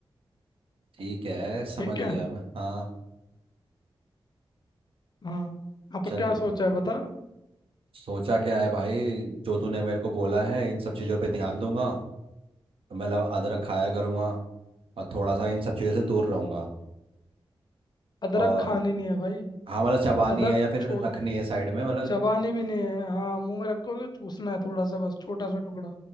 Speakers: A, on the right (about 75°); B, on the left (about 50°).
A: ठीक है समझ
B: ठीक है
A: गया मैं हाँ
B: हाँ हाँ तो
A: चल
B: क्या सोचा है बता
A: सोचा क्या है भाई जो तूने मेरे को बोला है इन सब चीज़ों पे ध्यान दूंगा तो मतलब अदरक खाया करूंगा और थोड़ा सा इन सब चीज़ों से दूर रहूंगा
B: अदरक
A: और
B: खानी नहीं है भाई
A: हाँ मतलब चबानी
B: अदरक
A: है या फिर
B: छोट
A: रखनी है साइड में मतलब
B: चबानी भी नहीं है हाँ मुंह में रखो तो चूसना है थोड़ा सा बस छोटा सा टुकड़ा